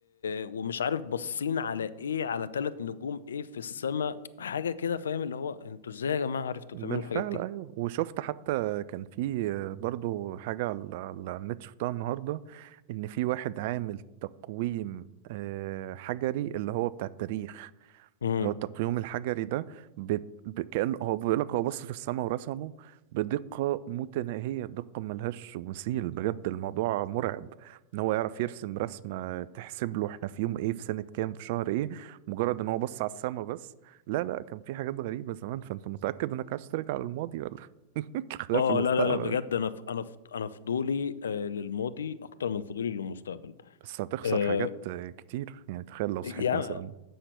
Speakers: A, on the left; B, on the right.
A: ومش عارف باصين على ايه على ثلاث نجوم ايه في السماء حاجه كده فاهم اللي هو انتوا ازاي يا جماعه عرفتوا
B: بالفعل
A: تعملوا الحاجات دي
B: ايوه وشفت حتى كان في برضو حاجة على على النت شفتها النهاردة ان في واحد عامل تقويم آه، حجري اللي هو بتاع التاريخ
A: امم
B: اللي هو التقييم الحجري ده بت... ب... كأن هو بيقول لك هو بص في السماء ورسمه بدقة متناهية دقة ملهاش مثيل بجد الموضوع مرعب ان هو يعرف يرسم رسمة تحسب له احنا في يوم ايه في سنة كام في شهر ايه مجرد ان هو بص على السماء بس لا لا كان في حاجات غريبة زمان فانت متأكد انك عايز ترجع للماضي ولا <laughs> خلاف
A: اه
B: في المستقبل
A: لا لا لا بجد
B: ده؟
A: انا ف... انا ف... انا فضولي آه للماضي اكتر من فضولي للمستقبل
B: بس هتخسر
A: آه
B: حاجات كتير يعني تخيل لو صحيت
A: يعني
B: مثلا